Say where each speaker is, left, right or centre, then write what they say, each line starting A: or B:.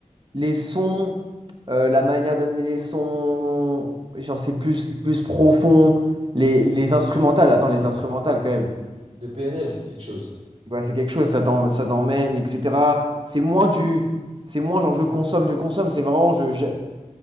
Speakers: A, on the right; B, on the right.
A: les sons, euh, la manière d'amener les sons, genre c'est plus, c'est plus profond. Les, les instrumentales, attends, les instrumentales quand même.
B: De PNL, c'est quelque chose.
A: Ouais, c'est quelque chose, ça t'em- ça t'emmène, etc. C'est moins du. C'est moins genre je consomme, je consomme. C'est vraiment je, je-